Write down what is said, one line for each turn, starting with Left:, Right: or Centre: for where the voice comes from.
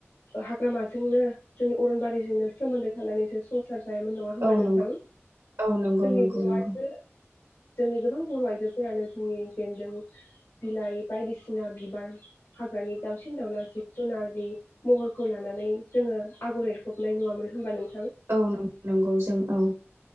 Left: ओ हाग्रामाजोंनो जोंनि अरनबारिजोंनो सोमोन्दो थांनानैबो स सार जायोमोन नङा होमबा
Right: औ
Left: नोंथां
Right: नंगौ औ नंगौ
Left: जोंनि
Right: नंगौ
Left: बर'वासो
Right: नंगौ
Left: जोंनि गोबां बर' आइजोफोरानो जोंनि बेन्दों बिलाइ बायदिसिना बिबार हाग्रानि दावसिन दावला जिब जुनारनि महरखौ लानानै जोङो आगर एरफबनाय नुवामोन होनबा नों
Right: औ नं नंगौ जों औ।